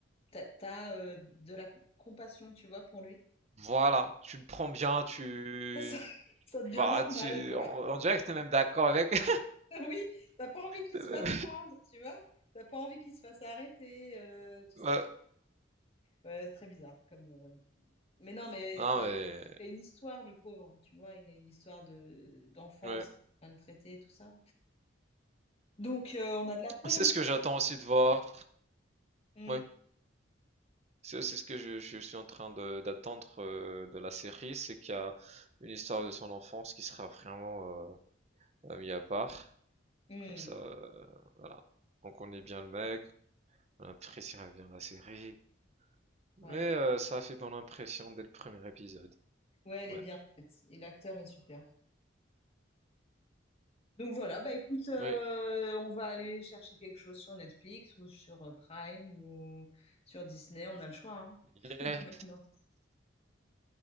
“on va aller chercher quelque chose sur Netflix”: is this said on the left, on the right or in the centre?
Left